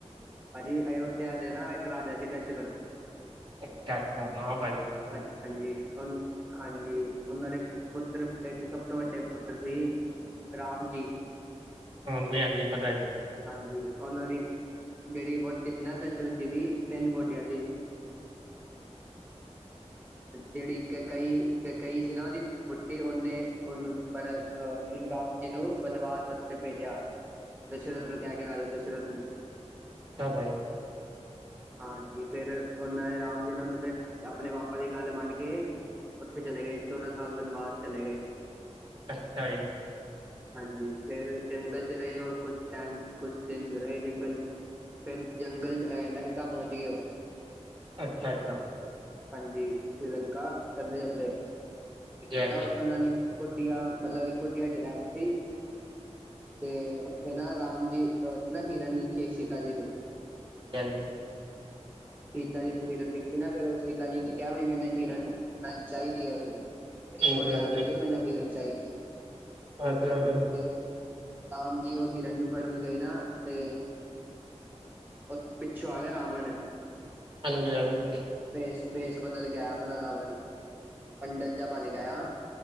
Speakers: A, on the right (about 15°); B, on the right (about 45°).
A: ਹਾਂਜੀ। ਅਯੋਧਿਆ ਦੇ ਨਾਂ ਇੱਕ ਰਾਜਾ ਸੀ ਦਸ਼ਰਥ।
B: ਅੱਛਾ ਅੱਛਾ ਹਾਂ ਭਾਈ।
A: ਅੱਛਾ ਜੀ। ਹੁਣ ਹਾਂਜੀ, ਉਹਨਾਂ ਦੇ ਪੁੱਤਰ ਇੱਕ ਸਭ ਤੋਂ ਵੱਡੇ ਪੁੱਤਰ ਸੀ, ਰਾਮ ਜੀ।
B: ਹਾਂਜੀ, ਹਾਂਜੀ। ਪਤਾ ਜੀ।
A: ਹਾਂਜੀ ਉਹਨਾਂ ਦੀ ਜਿਹੜੀ ਵਹੁਟੀ ਸੀ ਨਾ ਦਸ਼ਰਥ ਜੀ ਦੀ ਤਿੰਨ ਵਹੁਟੀਆਂ ਸੀ। ਜਿਹੜੀ ਕੇਕਈ ਕੇਕਈ ਸੀ ਨਾ ਉਹਦੀ ਵਹੁਟੀ ਉਹਨੇ ਉਹਨੂੰ ਬੜ ਅਹ ਨਹੀਂ ਰਾਮ ਜੀ ਨੂੰ ਬਨਵਾਸ ਵਾਸਤੇ ਭੇਜਿਆ ਦਸ਼ਰਥ ਨੂੰ ਕਹਿ ਕੇ ਰਾਜਾ ਦਸ਼ਰਥ ਨੂੰ।
B: ਭਾਈ।
A: ਹਾਂਜੀ। ਫਿਰ ਉਹਨਾਂ ਨੇ ਰਾਮ ਜੀ ਨੂੰ ਉਹਨਾਂ ਦੇ ਆਪਣੇ ਪਾਪਾ ਦੀ ਗੱਲ ਮੰਨ ਕੇ ਉੱਥੇ ਚਲੇ ਗਏ ਚੌਦਾਂ ਸਾਲ ਬਨਵਾਸ ਚਲੇ ਗਏ।
B: ਅੱਛਾ ਜੀ।
A: ਹਾਂਜੀ, ਫਿਰ ਜੰਗਲ ਚ ਰਹੇ ਉਹ ਕੁਛ ਟਾਈਮ ਕੁਛ ਦਿਨ ਰਹੇ ਜੰਗਲ ਚ। ਫਿਰ ਜੰਗਲ ਅ ਲੰਕਾ ਪਹੁੰਚ ਗਏ ਉਹ।
B: ਅੱਛਾ-ਅੱਛਾ।
A: ਹਾਂਜੀ, ਸ਼੍ਰੀਲੰਕਾ ਚੱਲਦੇ ਚੱਲਦੇ
B: ਜੀ ਹਾਂਜੀ
A: ਇਹ ਨਾ ਉੱਥੇ ਉਹਨਾਂ ਨੇ ਕੁੱਟੀਆ ਮਤਲਬ ਇੱਕ ਕੁਟੀਆ ਚ ਰਹਿ ਰਹੇ ਸੀ ਤੇ ਉਥੇ ਨਾ ਰਾਮ ਜੀ ਅਹ ਉੱਥੇ ਨਾ ਹਿਰਨ ਦਿੱਖੀ ਇੱਕ ਸੀਤਾ ਜੀ ਨੂੰ।
B: ਚਲ ਬਈ।
A: ਸੀਤਾ ਜੀ ਨੂੰ ਹਿਰਨ ਦਿੱਖੀ ਨਾ ਫਿਰ ਉਹ ਸੀਤਾ ਜੀ ਨੇ ਕਿਹਾ ਬਈ ਮੈਨੂੰ ਹਿਰਨ ਮੈਨੂੰ ਚਾਹੀਦੀ ਹੈ ਹਿਰਨ। ਬੜੀ
B: ਹਾਂਜੀ
A: ਸੋਹਣੀ ਲੱਗ ਰਹੀ ਏ ਮੈਨੂੰ ਹਿਰਨ ਚਾਹੀਦੀ
B: ਹਾਂਜੀ
A: ਏ, ਤੇ ਰਾਮ ਜੀ ਉਹ ਹਿਰਨ ਨੂੰ ਫੜਨ ਗਏ ਨਾ ਤੇ ਉਹ ਪਿੱਛੋਂ ਆ ਗਿਆ ਰਾਵਣ
B: ਹਾਂਜੀ-ਹਾਂਜੀ।
A: ਭੇਸ਼-ਭੇਸ਼ ਬਦਲ ਕੇ ਆਇਆ ਆਪਣਾ ਰਾਵਣ। ਪੰਡਤ ਜਿਹਾ ਬਣ ਕੇ ਆਇਆ।